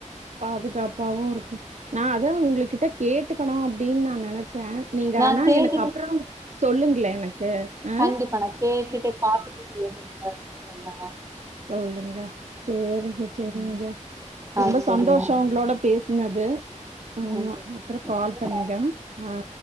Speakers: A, on the right; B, on the right.
A: பாதுகாப்பாவு இருக்கு நா அத உங்களுகிட்ட கேட்டுக்கணு அப் அப்டின் நா நெனைச்சே நீங்க
B: நா
A: ஆனா
B: கேட்டுட்டு
A: எனக்கு அப்பறம் சொல்லுங்களே எனக்கு ஆ
B: கண்டிப்பா நா கேட்டுட்டு பாத்துட்டு எதுன்னு <inaudible> சொல்றங்க
A: சொல்லுங்க சேரிங்க செரிங்க ரொம்ப
B: ஆ செரிங்க
A: சந்தோஷோ உங்களோட பேசினது ஆமா
B: எனக்கு
A: அப்பறோ கால் பண்ணுங்க ஆ